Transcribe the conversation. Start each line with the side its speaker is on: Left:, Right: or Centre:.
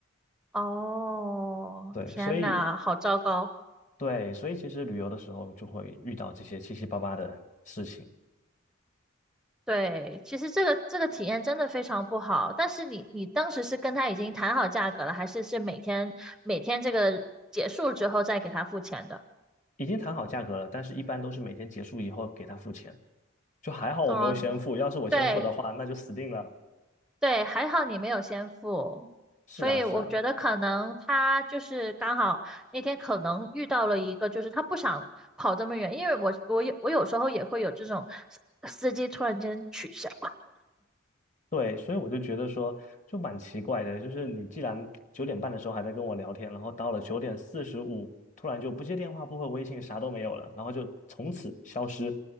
Centre: 哦，
Left: 对，
Centre: 天呐，
Left: 所以
Centre: 好糟糕。
Left: 对，所以其实旅游的时候就会遇到这些七七八八的事情。
Centre: 对，其实这个这个体验真的非常不好。但是你你当时是跟他已经谈好价格了，还是是每天每天这个结束之后再给他付钱的？
Left: 已经谈好价格了，但是一般都是每天结束以后给他付钱，就还好我没有先付，
Centre: 嗯，
Left: 要是我先付的话，
Centre: 对，
Left: 那就死定了。
Centre: 对，还好你没有先付，
Left: 是啊，
Centre: 所以我觉得可能他就是刚好那天可能遇到了一个，
Left: 是啊，
Centre: 就是他不想跑这么远，因为我我有我有时候也会有这种司司机突然间取消，
Left: 对，所以我就觉得说，就蛮奇怪的，就是你既然九点半的时候还在跟我聊天，然后到了九点四十五，突然就不接电话、不回微信，啥都没有了，然后就从此消失，